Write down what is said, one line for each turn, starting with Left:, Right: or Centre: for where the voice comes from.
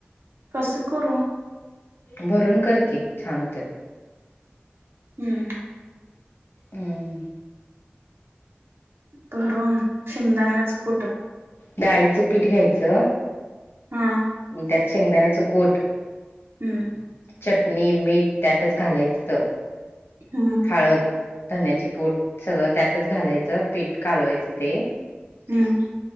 Right: कसं करू
Left: भरून कर की छान होतात.
Right: हम्म.
Left: हम्म.
Right: भरून शेंगदाण्याचा कूट.
Left: डाळीचं पीठ घ्यायचं.
Right: हा.
Left: त्यात शेंगदाण्याचा कूट.
Right: हम्म.
Left: चटणी मीठ त्यातच घालायचं.
Right: हम्म.
Left: हळद ढाण्याची पुट सगळं त्यातच घालायचं पीठ कालवायचं. ते
Right: हम्म